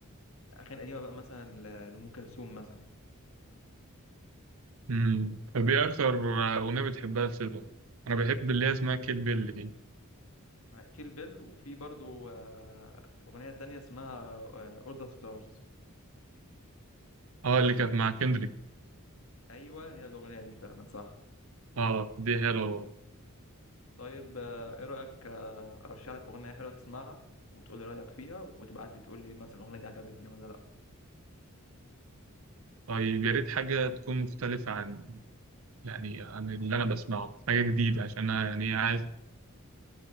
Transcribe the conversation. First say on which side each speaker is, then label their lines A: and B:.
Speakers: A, on the left; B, on the right.
A: اغاني قديمة بقى مثلا ل- لأم كلثوم مثلا
B: مم. طب ايه اكتر اغنيه بتحبها لسيدو انا بحب اللي هي اسمها كيل بيل دي
A: مع كيل بيل وفي برضو آه، أغنية تانية اسمها أول ذا ستارز
B: اه اللي كانت مع كندريك
A: ايوه هي الاغنيه دي فعلا صح
B: اه دي حلوه
A: طيب آه، ايه رايك آه، ارشح لك اغنيه حلوه تسمعها وتقول لي رايك فيها وتبعت لي تقول لي مثلا الاغنيه دي عجبتني ولا لا
B: طيب يا ريت حاجة تكون مختلفة عن يعني عن اللي أنا بسمعه حاجة جديدة عشان أنا يعني إيه عايز